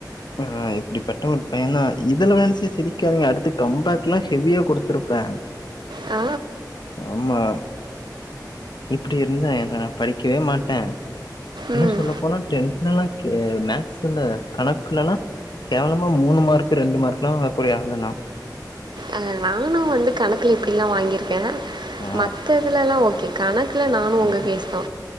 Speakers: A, on the left; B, on the right.
A: அ இப்புடிப்பட்ட ஒரு பைய தா நா இதல நெனச்சி சிரிக்காதீங்க அடுத்து கம்பேக்லா ஹெவியா குடுத்துருப்பே
B: ஆ
A: ஆமா இப்பிடி இருந்த ஏ நா படிக்கவே மாட்டே இன்னு
B: ம்
A: சொல்ல போனா டென்த்லல்லா மேக்ஸ்ல கணக்குலல்லா கேவலமா மூணு மார்க் ரெண்டு மார்க்லா வங்கக்கூடிய ஆளுனா
B: அது நானு வந்து கணக்குல இப்டில்லா வாங்கியிருக்கே
A: ஆ
B: மற்ற இதுலல்லா ஓகே கணக்குல நானு
A: ஆ
B: உங்க கேஸ் தா